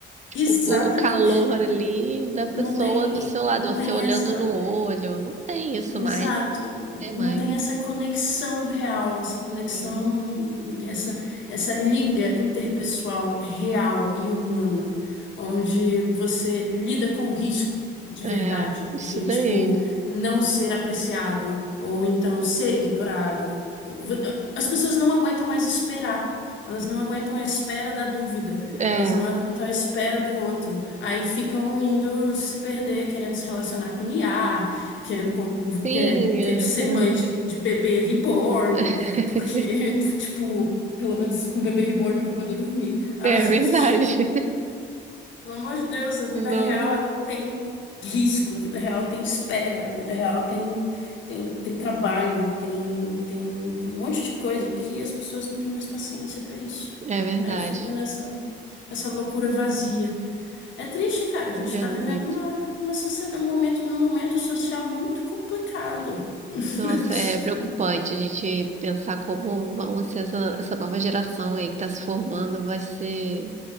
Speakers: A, on the left (about 70°); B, on the right (about 35°).
A: Exatamente.
B: O, o calor ali da
A: Não
B: pessoa
A: tem,
B: do seu lado,
A: não tem
B: você olhando
A: essa.
B: no olho, não tem isso
A: Exato,
B: mais, não tem mais.
A: não tem essa conexão real, essa conexão,
B: Sim.
A: essa, essa liga interpessoal real e humana, onde você lida com o risco de
B: É,
A: verdade,
B: isso
A: de
B: daí.
A: tipo não ser apreciado ou então ser ignorado. Ou- v- As pessoas não aguentam mais esperar. Elas não aguentam a espera da dúvida,
B: É,
A: elas não aguentam a espera do outro. Aí ficam indo se perder, querendo se relacionar com IA, querendo com-
B: sim,
A: é, ter-
B: é
A: ser
B: verdade.
A: mãe de, de bebê reborn,
B: <laughs>
A: porque, <laughs> tipo, pelo menos com bebê reborn eu vou poder dormir. Ah,
B: É
A: <laughs>
B: verdade.
A: pelo amor de Deus, a vida
B: No-
A: real, ela tem risco, a vida real tem espera, a vida real tem, tem, tem trabalho, tem, tem, tem um monte de coisa que as pessoas não têm mais paciência pra isso.
B: é verdade.
A: Aí fica nessa, essa loucura vazia. É triste, cara. A gente
B: É
A: está
B: muito.
A: vivendo uma, uma sociedade, um momento, um momento social muito complicado. <laughs>
B: Nossa, é preocupante a gente pensar como vão ser essa, essa nova geração aí que está se formando, vai ser.